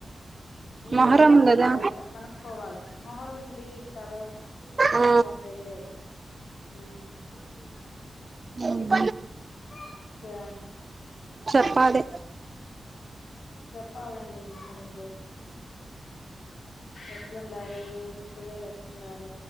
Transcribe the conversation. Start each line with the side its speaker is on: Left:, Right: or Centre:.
Left: ఏమో
Right: మొహరం
Left: కనుక్కోలే
Right: కదా
Left: ఇంక కనుక్కోవాలా మొహరంకి లీవ్ ఇస్తారో
Right: ఆ
Left: ఏమో తెలీదు ఉమ్మ్
Right: ఉమ్మ్
Left: ఇంకేం
Right: చెప్పాలి
Left: చెప్పాలండి మీరే ఎట్లుండారు ఏమి పిల్లలు ఎట్లున్నారు